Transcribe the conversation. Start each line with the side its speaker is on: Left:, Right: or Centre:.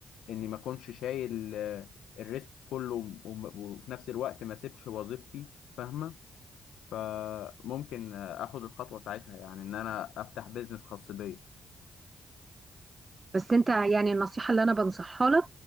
Left: اني ما اكونش شايل آه، الريسك كله وم- وفي نفس الوقت ما اسيبش وظيفتي فاهمه فممكن اخد الخطوه ساعتها يعني ان انا افتح بيزنس خاص بيا
Right: بس انت يعني النصيحة اللي انا بنصحها لك